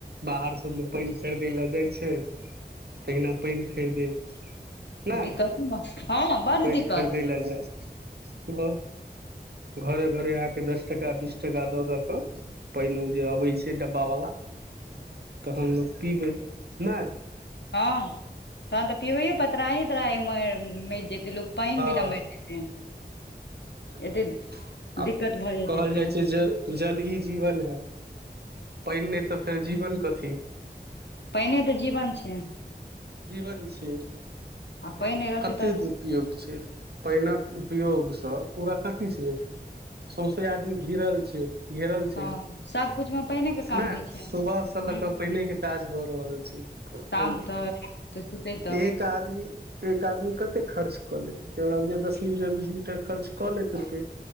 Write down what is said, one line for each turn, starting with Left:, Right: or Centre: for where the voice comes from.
Right: बाहर सब पानि खरीदै ले जाइ छैय तहिना पानि खरिदय नय
Left: दिक्कत हँ बड
Right: पानि
Left: दिक्कत
Right: खरीदै लए जाय त घरे घरे आके दस टाका बीस टाका द दऽक पानि ओ जे अबै छै डब्बा वल्ला तहन लोक पीबै नहि
Left: हँ तहन तऽ पिबैयइ परतैय त्राहि त्राहि मइर जैते लोक पानि
Right: हँ
Left: बिना मरि जेतै
Right: हँ
Left: एते दिक्कत
Right: आब
Left: भऽ जेतै
Right: कहल
Left: से
Right: जाइ छै जे जल ही जीवन है। पानि नहि तऽ फेर जीवन कथी
Left: पानि तऽ जीवन छैय
Right: जीवन छैय
Left: पानि नहि रहतै
Right: कतेक
Left: तऽ
Right: उपयोग छैय पानिक उपयोग सँ पूरा कथी छैय सौंसे आदमी घिरल छैय घेरल
Left: हँ
Right: छैय
Left: सबकुछ मे पानिके काम
Right: ने
Left: होइ छै
Right: सुबह से लऽ
Left: हूँ
Right: कऽ पाइने के काज भऽ रहल छै है
Left: शाम
Right: न
Left: तक तऽ सुतै तक
Right: एक आदमी एक आदमी कते खर्च कऽ लेत हमरा बूझाइये दस लीटर बीस लीटर खर्च कऽ लेत हेतय